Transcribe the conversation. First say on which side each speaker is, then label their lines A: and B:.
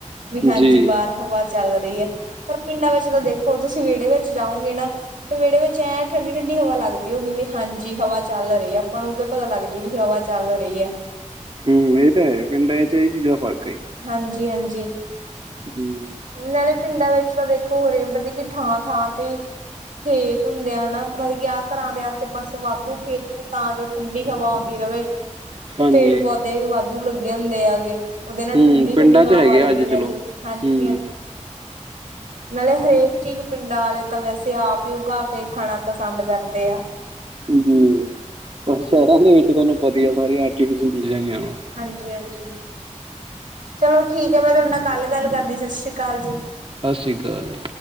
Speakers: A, on the right (about 85°); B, on the right (about 45°).
A: ਵੀ ਹਾਂਜੀ
B: ਜੀ।
A: ਬਾਹਰ ਹਵਾ ਚੱਲ ਰਹੀ ਹੈ ਪਰ ਪਿੰਡਾਂ ਵਿੱਚ ਤਾਂ ਦੇਖੋ ਤੁਸੀਂ ਵਿਹੜੇ ਵਿੱਚ ਜਾਓਗੇ ਨਾ ਤੇ ਵਿਹੜੇ ਵਿੱਚ ਐਂ ਠੰਡੀ ਠੰਡੀ ਹਵਾ ਲੱਗਦੀ ਹੋਗੀ ਵੀ ਹਾਂਜੀ ਹਵਾ ਚੱਲ ਰਹੀ ਹੈ ਆਪਾਂ ਨੂੰ ਉਧਰ ਪਤਾ ਲੱਗ ਜੂ ਵੀ ਹਵਾ ਚੱਲ ਰਹੀ ਹੈ।
B: ਹੂੰ, ਇਹ ਤਾਂ ਹੈ ਪਿੰਡ ਚ ਇਹ ਚੀਜ਼ ਦਾ ਫਰਕ ਆਈ।
A: ਹਾਂਜੀ, ਹਾਂਜੀ।
B: ਹੂੰ।
A: ਨਾਲੇ ਪਿੰਡਾਂ ਵਿੱਚ ਤਾਂ ਦੇਖੋ ਹੋਰੇ ਮਤਲਬ ਕਿ ਥਾਂ, ਥਾਂ ਤੇ ਖੇਤ ਹੁੰਦੇ ਆ ਹਨਾ ਮਤਲਬ ਕਿ ਆਹ ਘਰਾਂ ਦੇ ਆਸੇ ਪਾਸੇ ਵਾਧੂ ਖੇਤ ਨੂੰ ਤਾਂ ਜੋ ਠੰਡੀ ਹਵਾ ਆਉਂਦੀ ਰਹੇ ਤੇ
B: ਹਾਂਜੀ।
A: ਪੇੜ ਪੌਦੇ ਵੀ ਵਾਧੂ ਲੱਗੇ ਹੁੰਦੇ ਆਗੇ ਉਹਦੇ ਨਾਲ
B: ਹੂੰ,
A: ਠੰਡੀ
B: ਪਿੰਡਾਂ
A: ਠੰਡੀ ਹਵਾ
B: 'ਚ
A: ਵਗਦੀ
B: ਹੈਗੇ ਆ ਅੱਜ
A: ਰਹਿੰਦੀ
B: ਚਲੋ ਹੂੰ,
A: ਹਾਂਜੀ, ਹਾਂਜੀ। ਨਾਲੇ ਹਰੇਕ ਚੀਜ਼ ਪਿੰਡਾਂ ਵਾਲੇ ਤਾਂ ਵੈਸੇ ਆਪ ਹੀ ਉਗਾ ਕੇ ਖਾਣਾ ਪਸੰਦ ਕਰਦੇ ਆ।
B: ਜੀ, ਪਰ ਸ਼ਹਿਰਾਂ ਦੇ ਵਿੱਚ ਤੁਹਾਨੂੰ ਪਤੀ ਆ ਸਾਰੀ ਆਰਟੀਫਿਸ਼ਅਲ ਚੀਜ਼ਾਂ ਹੈਗੀਆਂ।
A: ਹਾਂਜੀ, ਹਾਂਜੀ ਚਲੋ ਠੀਕ ਹੈ ਮੈਂ ਤੁਹਾਡੇ ਨਾਲ ਕੱਲ ਗੱਲ ਕਰਦੀ ਸਤਿ ਸ੍ਰੀ ਅਕਾਲ ਜੀ।
B: ਸਤਿ ਸ਼੍ਰੀ ਅਕਾਲ ਜੀ।